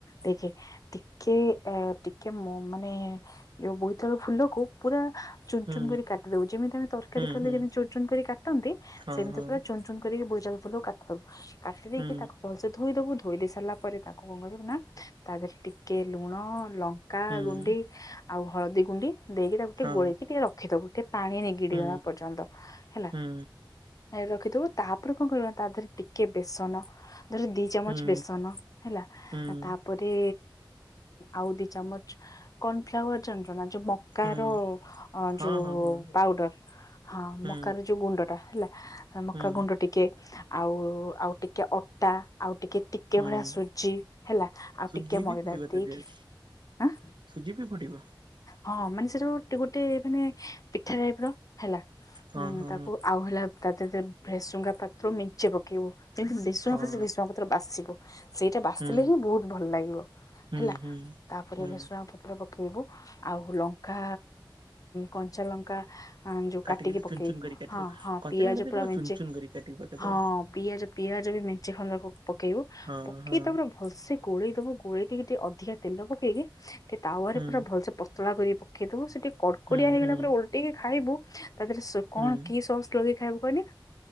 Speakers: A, on the left; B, on the right.
A: ଦେଖେ ଟିକେ ଅ ଟିକେ ମାନେ ଯୋଉ ବୋଇତାଳୁ ଫୁଲକୁ ପୁରା ଚୁନ
B: ହୁଁ
A: ଚୁନ କରି କାଟିଦବ, ଯେମିତି ଆମେ ତରକାରୀ
B: ହୁଁ
A: କଲେ
B: ହୁଁ
A: ଯେତି ଚୁଚୁନ କରି କାଟନ୍ତି
B: ହଁ
A: ସେମିତି
B: ହଁ
A: ପୁରା ଚୁନଚୁନ କରିକି ବୋଇତାଳୁ ଫୁଲକୁ କାଟିଦବୁ, କାଟି ଦେଇକି
B: ହୁଁ
A: ତାକୁ ଭଲସେ ଧୋଇ ଦବୁ, ଧୋଇ ଦେଇ ସାରିଲା ପରେ ତାକୁ କରିବୁ ନା, ତା ଦେହରେ ଟିକେ ଲୁଣ ଲଙ୍କା
B: ହୁଁ।
A: ଗୁଣ୍ଡି। ଆଉ ହଳଦୀଗୁଣ୍ଡି ଦେଇକି ତାକୁ ଟିକେ
B: ହଁ
A: ଗୋଳେଇକି ଟିକେ ରଖିଦବୁ, ଟିକେ ପାଣି ନେଇକି ଗିଡିଗଣା
B: ହୁଁ
A: ପର୍ଯ୍ୟନ୍ତ ହେଲା।
B: ହୁଁ
A: ରଖିଦେବୁ, ତାପରେ କଣ କରିବୁ, ତା ଦେହ ଟିକେ ବେସନ ଧରେ ଦି ଚାମଚ
B: ହୁଁ
A: ବେସନ ହେଲା,
B: ହୁଁ
A: ତାପରେ ଆଉ ଦି ଚାମଚ କର୍ଣଫ୍ଲାୱାର ଜାଣିଛୁନା, ଯୋଉ ମକା
B: ହୁଁ
A: ର
B: ହଁ
A: ଯୋଉ
B: ହଁ ହଁ
A: ପାଉଡର। ହଁ
B: ହୁଁ
A: ମକା ର ଯୋଉ ଗୁଣ୍ଡ ଟା ହେଲା, ମକା
B: ହୁଁ
A: ଗୁଣ୍ଡ ଟିକେ କେ ଆଉ, ଆଉ ଟିକେ ଅଟା, ଆଉ ଟିକେ ଟିକେ
B: ହୁଁ।
A: ଭଳିଆ ସୁ ଜି ହେଲା ଆଉ
B: ସୁଜି
A: ଟିକେ
B: ବି
A: ମଇଦା
B: ପଡିବ ତା
A: ଦେଇକି
B: ଦେହରେ
A: ହାଁ
B: ସୁଜି ବି ପଡିବ?
A: ହଁ ମାନେ ସେଟା ଗୋଟେ ଗୋଟେ ମାନେ ପିଠା ଟାଇପ ର ହେଲା
B: ହଁ
A: ଉଁ
B: ହଁ
A: ତାକୁ ଆଉ ହେଲା ତା ଦେହରେ ଭେସୃଙ୍ଗା ପାତ୍ର ମିଞ୍ଚେ ପକେଇବୁ, ଯେମତି ଭେସୁଙ୍ଗା
B: ହଁ ହଁ
A: ପତ୍ର, ଭେସୁଙ୍ଗା ପତ୍ର ବାସିବ। ସେଇଟା ବାସିଲେ
B: ହୁଁ
A: ହିଁ ବହୁତ ଭଲ ଲାଗିବ
B: ହୁଁ
A: ହେଲା,
B: ହୁଁ
A: ତାପରେ
B: ହୁଁ
A: ଭେସୃଙ୍ଗା ପତ୍ର ପକେଇବୁ। ଆଉ ଲଙ୍କା, କଞ୍ଚା ଲଙ୍କା ହଁ ଯୋଉ
B: କାଟିକିରି
A: କାଟିକି ପକେଇବୁ,
B: ଚୁନ ଚୁନ କରି କାଟିବ
A: ହଁ ହଁ
B: କଞ୍ଚା
A: ପିଆଜ
B: ଲଙ୍କା ଟା
A: ପୁରା
B: ପକେଇ
A: ମିଞ୍ଚେ,
B: ଚୁନ ଚୁନ କରି କାଟିକି ପକେଇଦବ
A: ହଁ ପିଆଜ ପିଆଜ ବି ମେଞ୍ଚି ଖଣ୍ଡ ପକେଇବୁ,
B: ହଁ
A: ପକେଇ
B: ହଁ
A: ତାପରେ ଭଲସେ ଗୋଳେଇ ଦେବୁ, ଗୋଳେଇ ଦେଇକି ଟିକେ ଅଧିକା ତେଲ ପକେଇକି, ଟିକେ ତାୱରେ
B: ହୁଁ
A: ପୁରା ଭଲସେ ପତଳା କରିକି ପକେଇଦେବୁ, ସେଠି କଡ଼କଡିଆ
B: ହୁଁ
A: ହେଇଗଲା
B: ହୁଁ
A: ପରେ ଓଲଟେଇକି ଖାଇବୁ, ତା ଦେହରେ କଣ
B: ହୁଁ
A: କି ସସ୍ ଲଗେଇ ଖାଇବୁ କହନି